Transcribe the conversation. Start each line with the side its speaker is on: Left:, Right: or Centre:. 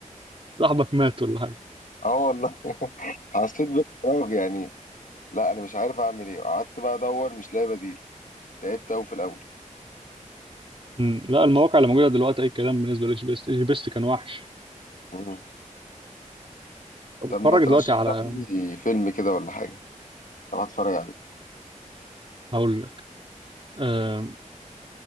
Right: صاحبك مات ولا حاجه
Left: اه والله <laughs> حسيت بالفراغ يعني لا أنا مش عارف أعمل إيه قعدت بقى أدور مش لاقي بديل تعبت أوي في الأول
Right: مم. لا المواقع اللي موجوده دلوقتي اي كلام بالنسبه لجي بي اس جي بي اس كان وحش
Left: مم.
Right: طب
Left: طب
Right: اتفرج
Left: ما ترشح
Right: دلوقتي على
Left: لي فيلم كده ولا حاجة أروح أتفرج عليه
Right: هقول لك آم،